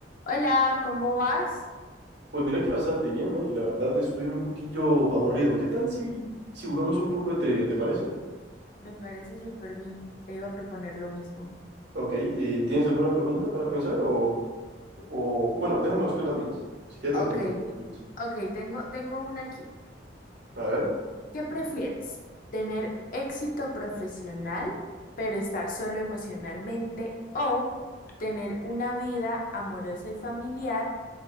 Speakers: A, on the left; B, on the right.
A: Hola, ¿cómo vas?
B: Pues mira que bastante bien, ¿eh? Y la verdad estoy un poquillo aburrido. ¿Qué tal si, si jugamos un poco de trivia, te parece?
A: Me parece súper bien. Te iba a proponer lo mismo.
B: Ok, eh, ¿tienes alguna pregunta para pensar o, o... Bueno, déjame buscar las mías. Si quieres
A: Ok,
B: me preguntas las tuyas.
A: ok, tengo, tengo una aquí.
B: A ver,
A: ¿Qué prefieres? ¿Tener éxito profesional, pero estar solo emocionalmente? ¿O tener una vida amorosa y familiar,